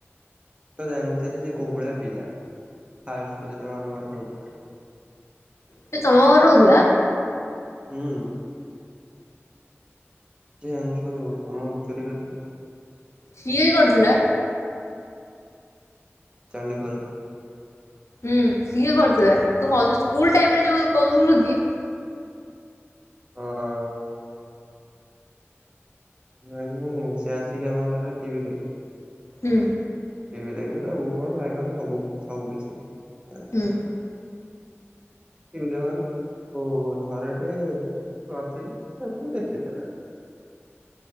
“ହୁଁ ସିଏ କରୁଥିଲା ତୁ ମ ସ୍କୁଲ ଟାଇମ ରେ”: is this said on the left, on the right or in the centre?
Left